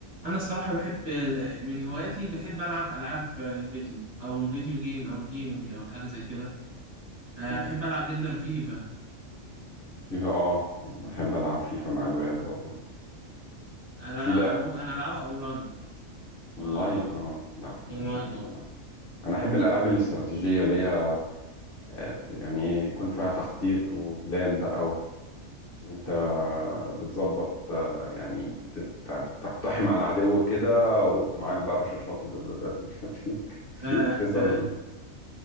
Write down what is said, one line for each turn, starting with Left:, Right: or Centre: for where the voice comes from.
Right: أنا الصراحة بحب من هواياتي بحب ألعب ألعاب الفيديو أو الفيديو جيم أو الجيمينج أو حاجة زي كده آه
Left: تمام
Right: بحب ألعب جدا فيفا
Left: فيفا اه بحب
Right: مم.
Left: العب فيفا مع الولاد برضو
Right: أنا
Left: وفي
Right: لا
Left: لا
Right: أنا مو... أنا ألعبها أونلاين ما
Left: اونلاين اه لا ماليش
Right: أونلاين
Left: انا في الاونلاين انا احب الالعاب الاستراتيجية اللي هي آه، يعني ايه يكون فيها تخطيط وبلان بقى و... وانت بتظبط آه، يعني ت- ت- تقتحم على العدو كده ومعاك بقى رشاشات ودبابات مش عارف ايه
Right: أه
Left: <laughs> القصص
Right: فاهم
Left: دي